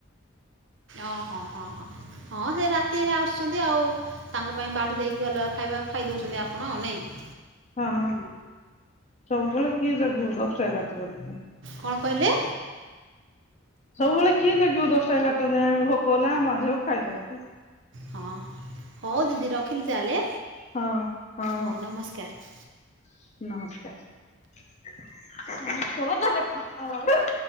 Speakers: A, on the right; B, on the left.
A: ଓହୋ ହ ହୋ ହଁ ସେ ରାତି ଆସୁଛନ୍ତି ଆଉ ତାଙ୍କ ପାଇଁ ବାଢି ଦେଇକି ଅଲଗା ଖାଇବା ଖାଇ ଦେଉଛନ୍ତି ଆପଣ ଆଉ ନେଇକି?
B: ହଁ। ସବୁବେଳେ କିଏ ଜଗିବ ଦଶ ଏଗାରଟା ରାତି।
A: କଣ କହିଲେ?
B: ସବୁବେଳେ କିଏ ଜଗିବ ଦଶଟା ଏଗାରଟା ଯାଏ ଆମେ ଭୋକ ହେଲେ ଆମେ ମାଝିଅ ଖାଇଦଉଛୁ।
A: ହଁ, ହଉ ଦିଦି ରଖିଲି ତାହେଲେ
B: ହଁ ହଁ
A: ହଉ ନମସ୍କାର।
B: <unintelligible>